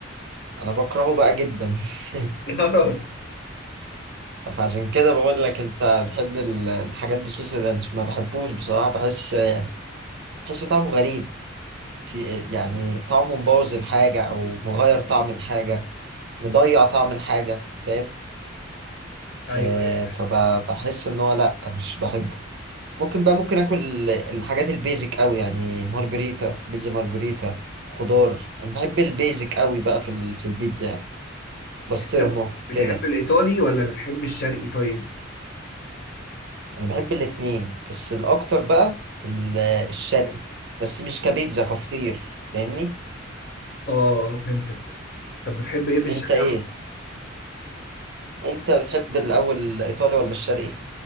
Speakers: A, on the right (about 60°); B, on the left (about 50°).
A: انا بكرهه بقى جدا <laughs>
B: <laughs> يا راجل
A: فعشان كده بقول لك انت بتحب ال- الحاجات بصوص الرانش ما بحبوش بصراحة بحس بحس طعمه غريب في يعني طعمه مبوظ الحاجة او مغير طعم الحاجة مضيع طعم الحاجة فاهم
B: ايوه
A: آه،
B: ايوه
A: فبحس ان هو لا مش بحبه ممكن بقى ممكن اكل الحاجات البيزك قوي يعني مارجريتا بيتزا مارجريتا خضار انا بحب البيزك قوي بقى في ال- في البيتزا يعني بسطرمة
B: أنت بتحب
A: كده
B: الايطالي ولا بتحب الشرقي طيب؟
A: انا بحب الاتنين بس الاكتر بقى ال- الشرقي بس مش كبيتزا كفطير فاهمني
B: اه آه، فهمتك طب بتحب ايه في الشرقي
A: انت ايه انت بتحب الاول الايطالي ولا الشرقي